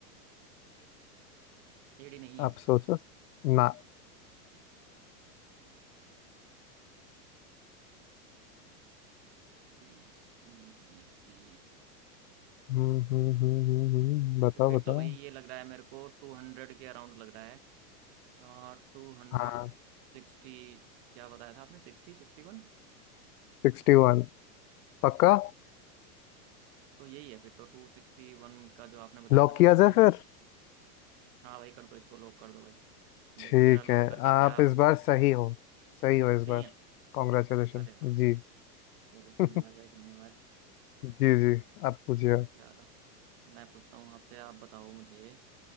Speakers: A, on the right; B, on the left.
A: एडी नहीं है
B: आप सोचो ना
A: B C B C
B: हम्म हम्म हम्म हम्म हम्म, बताओ
A: तो फिर
B: बताओ
A: तो भाई ये लग रहा है मेरे को टू हंड्रेड के अराउंड लग रहा है आ, टू हंड्रेड
B: हाँ
A: सिक्सटी क्या बताया था आपने सिक्सटी सिक्सटी वन
B: सिक्सटी वन पक्का
A: तो यही है फिर तो टू सिक्सटी वन का जो आपने बताया
B: लॉक
A: था ना
B: किया
A: फिर तो
B: जाए
A: यही
B: फिर
A: होगा हाँ भाई कर दो इसको लॉक कर दो भाई
B: ठीक
A: देखो जरा लॉक
B: है
A: करके
B: आप
A: क्या
B: इस बार सही हो सही हो इस
A: सही
B: बार
A: है
B: कॉन्ग्रेचुलेशन
A: अरे वाह
B: जी
A: चलो धन्यवाद
B: <laughs>
A: भाई धन्यवाद
B: जी जी आप पूछिए
A: चलो मैं पूछता हूँ आपसे आप बताओ मुझे